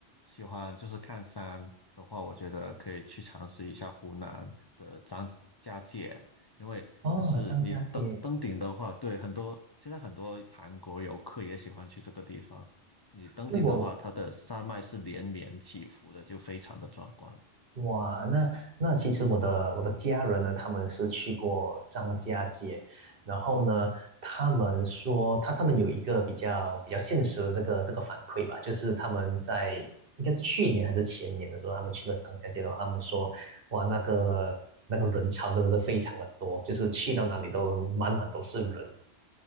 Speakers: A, on the left; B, on the right.
A: 喜欢就是看山的话，我觉得可以去尝试一下湖南的张家界，因为但是你登登顶的话，
B: 哦，张家界，
A: 对很多现在很多韩国游客也喜欢去这个地方。你登顶的话，
B: 对我。
A: 它的山脉是连绵起伏的，就非常的壮观。
B: 哇，那那其实我的我的家人呢，他们是去过张家界，然后呢，他们说他他们有一个比较比较现实的这个这个反馈吧，就是他们在应该是去年还是前年的时候，他们去了张家界的话，他们说哇，那个那个人潮真的是非常的多，就是去到哪里都满满都是人。